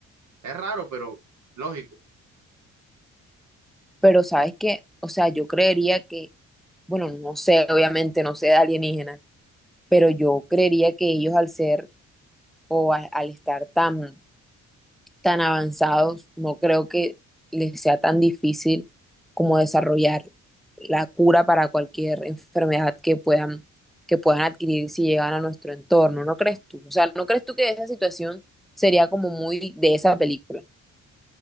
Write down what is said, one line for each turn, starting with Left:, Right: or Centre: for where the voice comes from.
Right: Es raro, pero lógico.
Centre: Pero sabes que, o sea, yo creería que, bueno, no sé, obviamente no sé de alienígena, pero yo creería que ellos al ser o a- al estar tan, tan avanzados, no creo que les sea tan difícil como desarrollar la cura para cualquier enfermedad que puedan, que puedan adquirir si llegan a nuestro entorno, ¿no crees tú? O sea, ¿no crees tú que esa situación sería como muy de esa película?